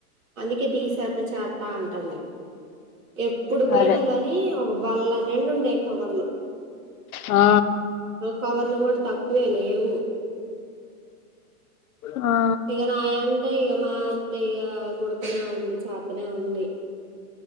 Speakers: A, on the right; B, on the left.
A: అందుకే దీసేత చేత అంటుంది ఎప్పుడు పోయినా
B: అదే
A: కాని ఒక బల్ళ నిండుండే కవర్లు
B: ఆ
A: కవర్లు కూడా తక్కువే లేవు
B: ఆ
A: ఇక నాయంటె ఇగ మా అత్తయ్ ఇగ గుడుతనే ఉంది చా పక్కనే ఉంది